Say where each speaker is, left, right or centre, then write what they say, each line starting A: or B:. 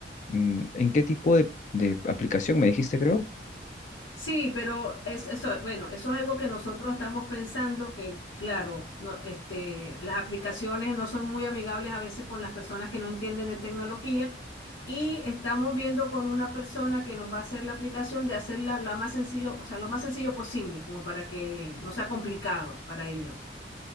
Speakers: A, on the left; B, on the left.
A: Mm, ¿En qué tipo de, de aplicación me dijiste, creo?
B: Sí, pero es, eso, bueno, eso es algo que nosotros estamos pensando que, claro, no, este, las aplicaciones no son muy amigables a veces con las personas que no entienden de tecnología y estamos viendo con una persona que nos va a hacer la aplicación de hacerla lo más sencillo, o sea, lo más sencillo posible, como para que no sea complicado para ellos.